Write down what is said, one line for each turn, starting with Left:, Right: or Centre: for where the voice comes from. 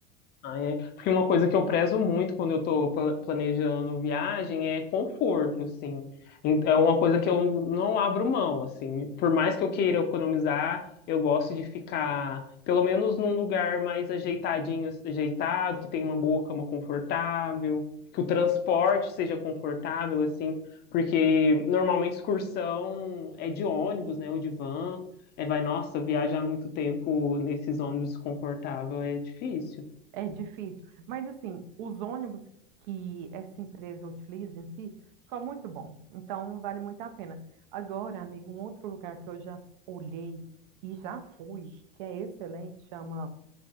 Left: Ai, é. Porque uma coisa que eu prezo muito quando eu tô pla- planejando viagem é conforto, assim. Em- É uma coisa que eu não abro mão, assim. Por mais que eu queira economizar, eu gosto de ficar, pelo menos num lugar mais ajeitadinho, ajeitado, que tem uma boa cama confortável, que o transporte seja confortável, assim. Porque normalmente excursão é de ônibus, né, ou de van. É, vai, nossa, viajar muito tempo nesses ônibus confortável é difícil.
Right: É difícil. Mas, assim, os ônibus que essa empresa utiliza em si são muito bons. Então, vale muito a pena. Agora, amigo, um outro lugar que eu já olhei e já fui, que é excelente, chama